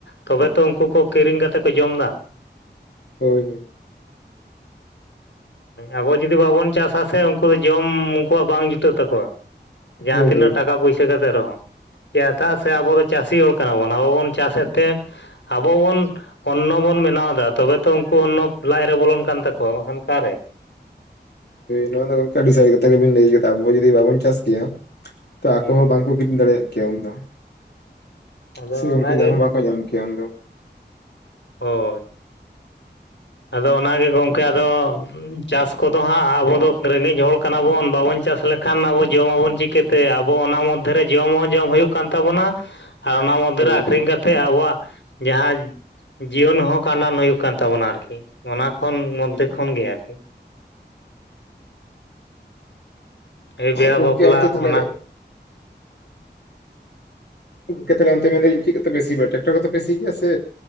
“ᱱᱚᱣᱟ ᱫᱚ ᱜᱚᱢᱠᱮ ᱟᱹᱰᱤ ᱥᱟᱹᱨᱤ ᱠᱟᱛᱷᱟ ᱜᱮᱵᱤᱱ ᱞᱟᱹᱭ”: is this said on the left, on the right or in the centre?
Left